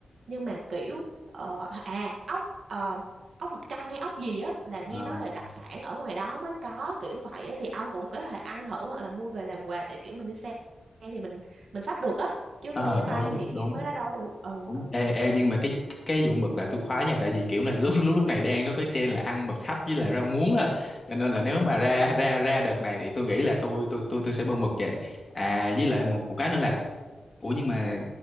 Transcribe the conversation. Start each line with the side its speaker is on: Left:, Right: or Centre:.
Right: nhưng mà kiểu ờ, à ốc ờ, ốc mặt trăng hay ốc gì á là nghe
Left: ờ
Right: nói là đặc sản ở ngoài đó mới có kiểu vậy á thì ông cũng có thể ăn thử hoặc là mua về làm quà tại kiểu mình đi xe thì mình mình xách được á chứ
Left: ờ,
Right: đi máy bay
Left: đúng
Right: thì kiểu
Left: đúng
Right: mấy đó đâu có được ừ
Left: đúng
Right: ừ
Left: ê ê nhưng mà cái cái vụ mực là tôi khoái nha tại vì kiểu này lúc lúc lúc này đang có cái trend là ăn mực hấp với lại rau muống đó cho nên là nếu mà ra ra ra đợt này thì tôi nghĩ là tôi tôi tôi tôi sẽ mua mực về à với lại một một cái nữa là ủa nhưng mà